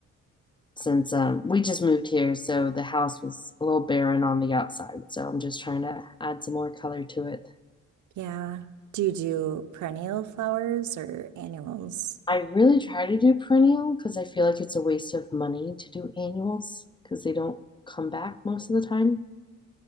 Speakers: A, on the left; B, on the right.
A: since um, we just moved here, so the house was a little barren on the outside. So I'm just trying to add some more color to it.
B: Yeah. Do you do perennial flowers or annuals?
A: I really try to do perennial because I feel like it's a waste of money to do annuals because they don't come back most of the time.